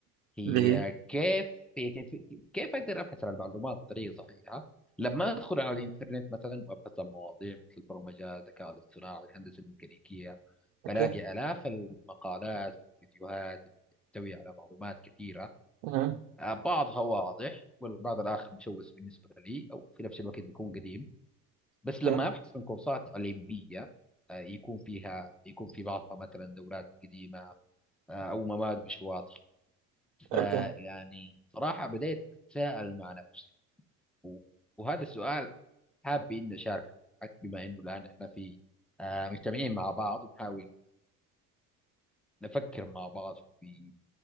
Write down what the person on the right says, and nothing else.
اللي هي
اوكي
مهم.
اوكي
اوكي